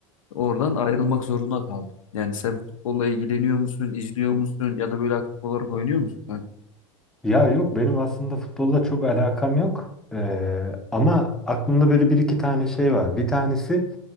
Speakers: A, on the left; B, in the centre.
A: oradan ayrılmak zorunda kaldım. Yani sen futbolla ilgileniyor musun, izliyor musun ya da böyle aktif olarak oynuyor musun? kanka?
B: Ya yok benim aslında futbolla çok alakam yok. Ee, ama aklımda böyle bir iki tane şey var. Bir tanesi